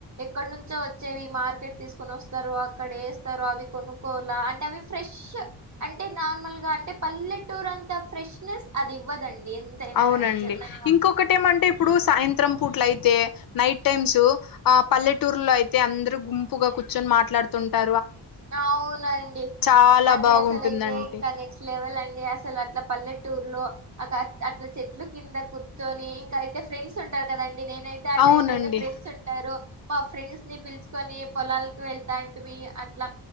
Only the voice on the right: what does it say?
ఎక్కడ నుంచో వచ్చేవి మార్కె ట్ తీసుకొని వస్తారు అక్కడ వేస్తారు అవి కొనుక్కోవాల అంటే అవి ఫ్రెష్ అంటే నార్మల్ గా అంటే పల్లెటూరు అంత ఫ్రెష్నెస్ అది ఇవ్వదండి ఎంతైనా
గాని చెప్ నా
అవునండీ
అది
అసలు అయితే ఇంకా నెక్స్ట్ లెవెల్ అండి అసలు అట్లా పల్లెటూర్ లో అ అట్ల చెట్లు కింద కూర్చొని ఇంకా అయితే ఫ్రెండ్స్ ఉంటారు కదం డి నేనైతే ఆ
టైమ్ లో అయితే ఫ్రెండ్స్ ఉంటారు మా ఫ్రెండ్స్ ని పిలుచుకొని పొలాలకి వెళ్తాం మి అట్లా